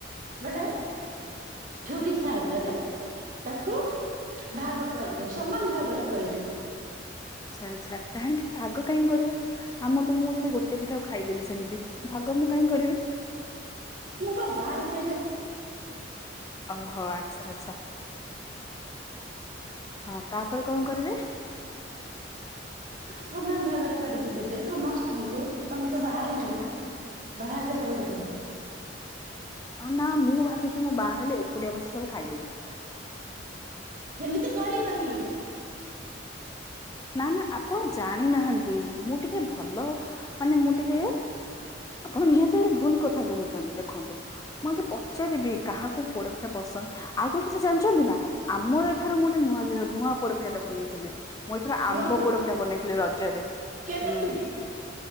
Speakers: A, on the right; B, on the left.
A: ଗୋଟେ ଛୁରି ସାହିଁଯରେ ତାକୁ ଭାଗ କରିବ ସମାନ ଭାଗରେ କରିବ
B: ଛା ଛା କାହିଁକି ଭାଗ କାହିଁକି କରିବ? ଆମର ତ ମୁଁ ଯଦି ଗୋଟେ ପିଠାକୁ ଖାଇଦେଲି ସେମତି ଭାଗ ମୁଁ କାହିଁକି କରିବି?
A: ମେ ପା ବାହାହେଇ ସାଇଲେ
B: ଓହୋ ଆଛା ଆଛା। ହଁ ତାପରେ କଁ କରିବେ?
A: ସମାନ ଭାଗରେ କରିକି ଦେବେ ସମସ୍ତଙ୍କୁ ତମେ ତ ବାହା ହେଇନ ନା ବାହାହେଲେ ସବୁ ଜାଣିବ।
B: ଅନା ମୁଁ ଭାବିଛି ମୁଁ ବାହା ହେଲେ ଏକୁଟିଆ ବସି ସବୁ ଖାଇଦେବି।
A: ସେମିତି କରିବନି
B: ନା ନା ଆପଣ ଜାଣି ନାହାନ୍ତି ମୁଁ ଟିକେ ଭଲ ମାନେ ମୁଁ ଟିକେ ଆପଣ ନିହାତିରେ ଭୁଲ କଥା କହୁଛନ୍ତି ଦେଖନ୍ତୁ ମୁଁ ଆତେ ପଚାରିବି କାହାକୁ ପୋଡ ପିଠା ପସନ୍ ଆଉ ଗୋଳେ କଥା ଜାଣିସନ୍ତି ନା? ଆମର ଏଥର ମୁଁ ଗୋଟେ ନୂଆୟ ନୂଆ ପୋଡପିଠାଟେ ବନେଇଥିଲି ମୁଁ ଏଥର
A: କୁହନ୍ତୁ
B: ଆମ୍ବ ପୋଡଟା ବନେଇଥିଲି ରଜରେ
A: କେମିତି
B: ହୁଁ।